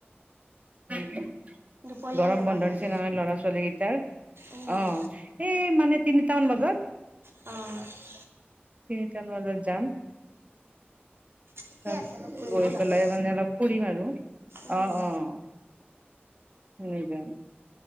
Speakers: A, on the right (about 35°); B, on the right (about 75°).
A: <unintelligible>
B: দুপৰীয়া
A: গৰম
B: যাবা
A: বন্ধ
B: মানে
A: দিছে নহয় ল'ৰা ছোৱালী কেইটাৰ,
B: উম
A: অ'। এই মানে তিনিটামান বজাত।
B: <inaudible> অ'।
A: তিনিটামান বজাত যাম।
B: ঠিকে
A: তাত
B: আছে অলপ ফুৰিবও
A: গৈ
B: লাগে
A: পেলাই মানে অলপ ফুৰিম আৰু অ',
B: উম
A: অ'। শুনিবা